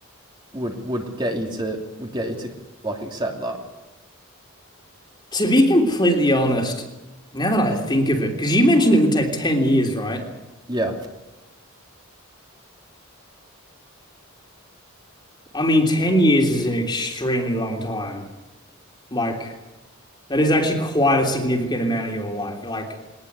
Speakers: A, on the right (about 20°); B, on the left (about 20°).
A: would would get you to would get you to like accept that?
B: To be completely honest, now that I think of it, because you mentioned it would take 10 years, right?
A: Yeah.
B: I mean, 10 years is an extremely long time. Like, that is actually quite a significant amount of your life. Like,